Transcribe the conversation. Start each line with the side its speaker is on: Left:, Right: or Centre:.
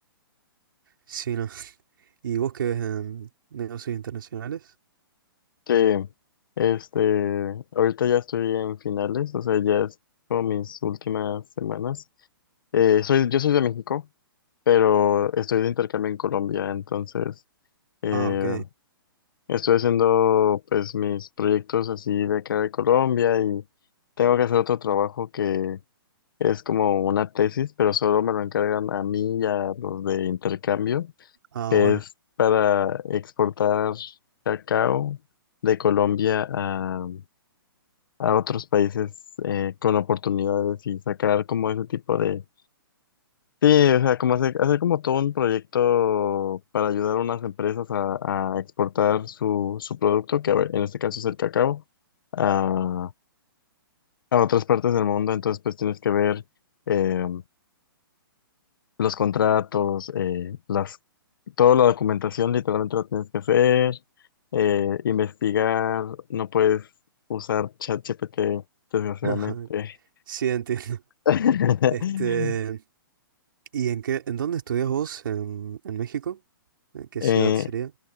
Right: Sí, ¿no? <laughs> ¿Y vos qué ves en negocios internacionales?
Left: sí este, ahorita ya estoy en finales, o sea, ya es como mis últimas semanas. Eh, soy, yo soy de México, pero estoy de intercambio en Colombia, entonces eh,
Right: Ah, ok.
Left: estoy haciendo pues mis proyectos así de acá de Colombia y tengo que hacer otro trabajo que es como una tesis, pero solo me lo encargan a mí y a los de intercambio.
Right: Ah,
Left: que
Right: bueno.
Left: es para exportar cacao de Colombia a, a otros países eh, con oportunidades y sacar como ese tipo de... Sí, o sea, como hacer, hacer como todo un proyecto para ayudar a unas empresas a, a exportar su, su producto, que a ver, en este caso es el cacao, a, a otras partes del mundo. Entonces, pues tienes que ver eh, los contratos, eh, las Toda la documentación literalmente la tienes que hacer, eh, investigar, no puedes usar ChatGPT, desgraciadamente.
Right: <laughs> Sí, entiendo.
Left: <laughs>
Right: Este, ¿y en qué, en dónde estudias vos en, en México? ¿En qué ciudad
Left: Eh,
Right: sería?